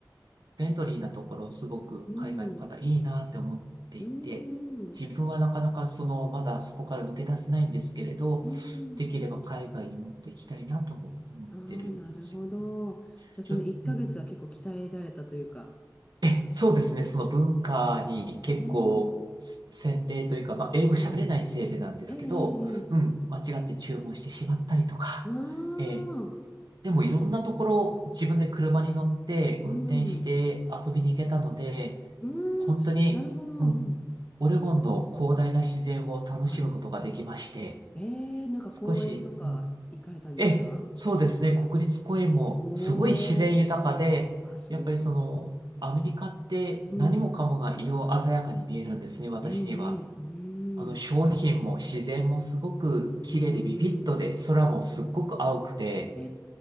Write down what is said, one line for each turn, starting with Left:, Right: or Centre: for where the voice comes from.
Right: フレンドリーなところ、すごく海外の方いいなって思っていて、
Left: うん、うん、うん、
Right: 自分はなかなかその、まだそこから抜け出せないんですけれど、
Left: うん。
Right: できれば海外に持っていきたいなとも思ってるんですよね。
Left: あーなるほど。じゃあその1ヶ月は結構鍛えられたというか。
Right: ちょ、うんえ、そうですね、その文化に結構、
Left: うん、
Right: せ洗礼というか、まあ、英語喋れないせいでなんですけど、
Left: うんええええええ
Right: うん、間違って注文してしまったりとか、
Left: ああ、
Right: えーでもいろんなところ自分で車に乗って運転して遊びに行けたので、
Left: うん、うん、
Right: 本当に、
Left: なるほど、
Right: うん、
Left: うん、
Right: オレゴンの広大な自然を楽しむことができまして、
Left: はい。えー、なんか公園とか行かれたんですか
Right: 少し、うんえ、そうですね、国立公園もすごい自然豊かで、
Left: おー、あ、すごそう。
Right: やっぱりその、
Left: うん、
Right: アメリカって何もかもが色鮮やかに見えるんですね、
Left: うん、
Right: 私には。
Left: えー、えー、
Right: あの、商品も自然もすごく綺麗でビビッとで、
Left: うん、うん、
Right: 空もすっごく青くて、
Left: え